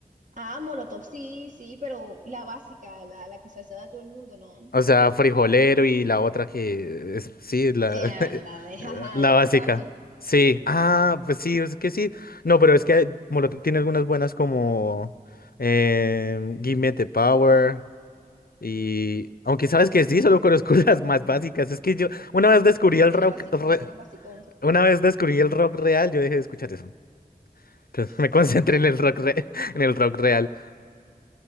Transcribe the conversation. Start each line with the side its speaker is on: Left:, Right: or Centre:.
Right: Ah, Molotov, sí, sí, pero la básica, la, la que se hace a todo el mundo, ¿no?
Left: O sea, frijolero y la otra que es, sí, la,
Right: Eh,
Left: <laughs>
Right: la de, <laughs> jaja,
Left: la
Right: ya
Left: básica.
Right: tú sabes,
Left: Sí, ah, pues sí, es que sí. No, pero es que Molotov tiene algunas buenas como eh, Give Me the Power y... Aunque sabes que sí, solo conozco <laughs> las más básicas. Es que yo una vez descubrí el
Right: era
Left: rock,
Right: basicón,
Left: re-
Right: era basicón.
Left: una vez descubrí el rock real, yo dejé de escuchar eso. Entonces
Right: <laughs>
Left: me <laughs> concentré en el rock, re- <laughs> en el rock real.